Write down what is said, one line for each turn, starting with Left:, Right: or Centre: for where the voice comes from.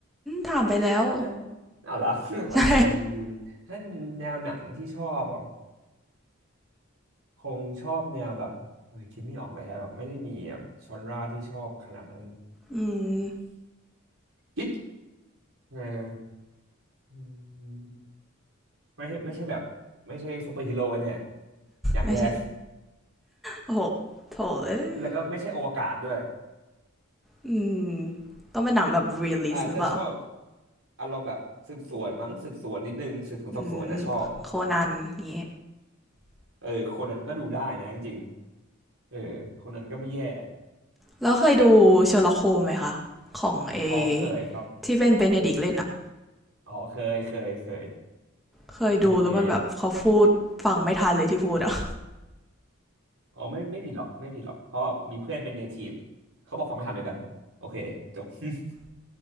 Centre: ถามไปแล้ว
Right: นะเอาละ
Centre: <laughs>
Right: <laughs> บางทีลืมถ้าแนวหนังที่ชอบอ่ะ
Centre: ใช่
Right: คงชอบแนวแบบเอยคิดไม่ออกเลยฮะแบบไม่ได้มีแบบชอนราที่ชอบขนาดนั้น
Centre: อืม
Right: คิดเอออืมไม่ใช่ไม่ใช่แบบไม่ใช่ซูเปอร์ฮีโร่เนี่ยอย่างแรก
Centre: ไม่ใช่โอ้โหโถเอ้ย
Right: <laughs> แล้วก็ไม่ใช่อวกาศด้วย
Centre: อืมต้องเป็นหนังแบบ r e ล e a
Right: อาจจะชอบ
Centre: s หรือเปล่า
Right: อารมณ์แบบสืบสวนมั้งสืบสวนนิดนึงสืบสวนสอบสวนเนี่ยชอบ
Centre: อืมโคนันนี้
Right: เออคนนั้นก็ดูได้นะจริงๆเออคนนั้นก็ไม่แย่
Centre: แล้วเคยดูเชอร์ล็อกโฮมไหมคะของเอ
Right: อ๋อเคยครับ
Centre: ที่เป็นเบเนดิกเล่นอะ
Right: อ๋อเคยเคยเคย
Centre: เคยดูแล้วมันแบบเขาพูดฟังไม่ทันเลยที่พูดอะ
Right: สนุกดีอ๋อไม่ไม่ผิดหรอกไม่ผิดหรอกเพราะว่ามีเพื่อนเป็นเนทีฟเขาบอกฟังไม่ทันเหมือนกันโอเคจบ <laughs>